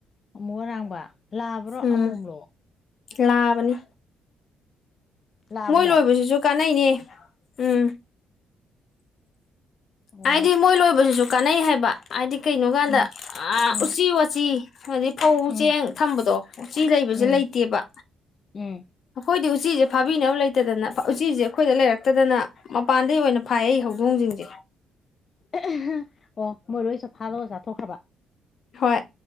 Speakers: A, on the left; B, on the left.
A: ꯑꯃꯨ ꯑꯔꯥꯡꯕ ꯂꯥꯕ꯭ꯔꯣ
B: ꯎꯝ
A: ꯑꯃꯣꯝꯂꯣ
B: ꯂꯥꯕꯅꯤ
A: ꯂꯥꯕꯅꯦ
B: ꯃꯣꯏ ꯂꯣꯏꯕꯁꯤꯁꯨ ꯀꯥꯟꯅꯩꯅꯦ ꯎꯝ
A: ꯑꯣ
B: ꯑꯥꯏꯗꯤ ꯃꯣꯏ ꯂꯣꯏ ꯁꯤꯁꯨ ꯀꯅꯥꯩ ꯍꯥꯏꯦ ꯍꯥꯏꯗꯤ ꯀꯩꯅꯣ ꯀꯥꯟꯗ
A: ꯎꯝ ꯎꯝ
B: ꯎꯆꯤ ꯋꯥ ꯎꯆꯤ ꯍꯥꯏꯗꯤ ꯐꯧ
A: ꯎꯝ
B: ꯆꯦꯡ ꯊꯝꯕꯗꯣ ꯎꯆꯤ ꯂꯩꯕꯁꯦ
A: ꯎꯝ
B: ꯂꯩꯇꯦꯕ
A: ꯎꯝ
B: ꯑꯩꯈꯣꯏꯗꯤ ꯎꯆꯤꯁꯦ ꯐꯥꯕꯤꯅꯕ ꯂꯩꯇꯗꯅ ꯎꯆꯤꯁꯦ ꯑꯩꯈꯣꯏꯗ ꯂꯩꯔꯛꯇꯗꯅ ꯃꯄꯥꯟꯗꯩ ꯑꯣꯏꯅ ꯐꯥꯏ ꯑꯩ ꯍꯧꯗꯣꯡꯖꯤꯡꯖꯦ
A: ꯑꯥꯍꯥ ꯍꯝ ꯑꯣ ꯃꯣꯏꯔꯣꯏꯁ ꯐꯥꯗꯣꯒ ꯆꯥꯊꯣꯛꯈ꯭ꯔꯕ
B: ꯍꯣꯏ